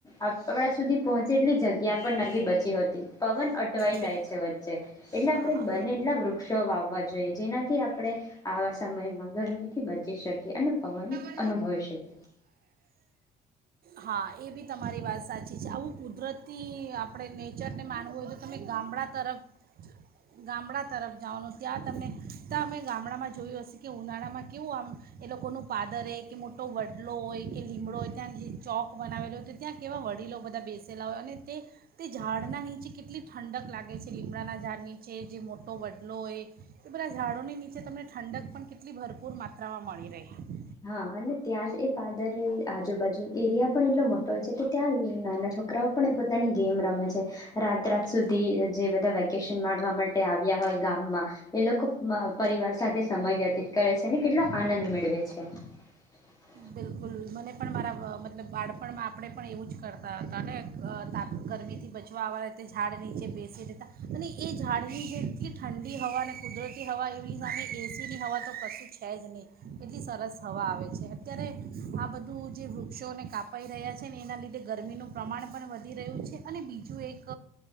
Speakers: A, on the left (about 20°); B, on the right (about 50°).
A: આપણા સુધી પહોંચે એટલી જગ્યા પણ નથી બચી હોતી પવન અટવાઈ
B: બિલ
A: જાય છે, વચ્ચે એટલે આપણે
B: હા હા
A: બને એટલા વૃક્ષો વાવવા જોઈએ જેનાથી આપણે આવા સમયમાં ગરમીથી બચી શકીએ અને પવન
B: <inaudible>
A: અનુભવી શકીએ
B: હા એ બી તમારી વાત સાચી છે, આવું કુદરતી આપણે નેચરને માનવું હોય, તો તમે ગામડા તરફ ગામડા તરફ જવાનું ત્યાં તમને તા અમે ગામડામાં જોયું હશે કે ઉનાળામાં કેવું આમ એ લોકોનું પાદરે એક કે મોટો વડલો હોય કે લીમડો હોય ત્યાં જે ચોક બનાવેલો હોય તો ત્યાં કેવા વડીલો બધા બેસેલા હોય અને તે તે ઝાડના નીચે કેટલી ઠંડક લાગે છે લીમડાના ઝાડ નીચે જે મોટો વડલો હોય એ બધા ઝાડોની નીચે નીચે તમને ઠંડક પણ કેટલી ભર ભરપૂર માત્રા માં મળી રહે.
A: હા અને ત્યાં જ એ પાદરે આજુબાજુ એરિયા પણ એટલો મોટો હોય છે, કે ત્યાં નાના છોકરાઓ પણ એ પોતાની ગેમ રમે છે, રાત રાત સુધી જે બધા વેકેશન માણવા માટે આવ્યા હોય ગામમાં એ લોકો પરિવાર સાથે સમય વ્યતીત કરે છે, અને કેટલો આનંદ મેળવે છે. <unintelligible>
B: બિલકુલ મને પણ મારા મતલબ બાળપણમાં આપણે પણ એવું જ કરતા હતા, ને આ તાપ ગરમીથી બચવા આવવાતે ઝાડ નીચે બેસી રહેેતા અને એ ઝાડની જે એટલી ઠંડી હવા અને કુદરતી હવા એની સામે એસીની હવા તો કશું છે જ નહીં એટલી સરસ હવા આવે છે. અત્યારે આ બધું જે વૃક્ષોને કાપાઈ રહ્યા છે, ને એના લીધે ગરમીનું પ્રમાણ પણ વધી રહ્યું છે, અને બીજું એક